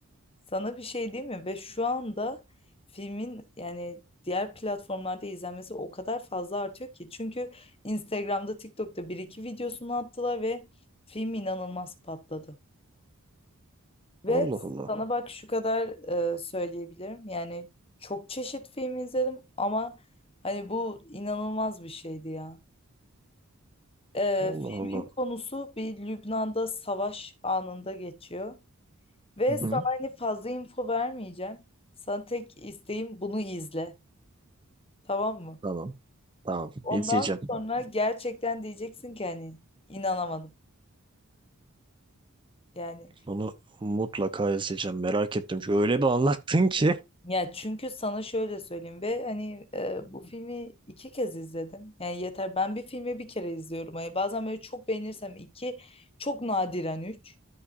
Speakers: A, on the left; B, on the right.
A: Sana bir şey değil mi? Ve şu anda filmin yani diğer platformlarda izlenmesi o kadar fazla artıyor ki. Çünkü Instagram'da, TikTok'ta bir iki videosunu attılar ve film inanılmaz patladı. Ve
B: Allah Allah.
A: sana bak şu kadar e, söyleyebilirim. Yani çok çeşit film izledim ama hani bu inanılmaz bir şeydi ya. E,
B: Allah
A: filmin
B: Allah.
A: konusu bir Lübnan'da savaş anında geçiyor. Ve
B: Hı hı.
A: sana hani fazla info vermeyeceğim. Sana tek isteğim bunu izle. Tamam mı?
B: Tamam. Tamam.
A: Ondan
B: İzleyeceğim.
A: sonra gerçekten diyeceksin ki hani inanamadım. Yani
B: Bunu mutlaka izleyeceğim. Merak ettim. Çünkü öyle bir anlattın ki.
A: Ya çünkü sana şöyle söyleyeyim ve hani e, bu filmi iki kez izledim. Yani yeter ben bir filmi bir kere izliyorum. Hani bazen böyle çok beğenirsem iki, çok nadiren üç.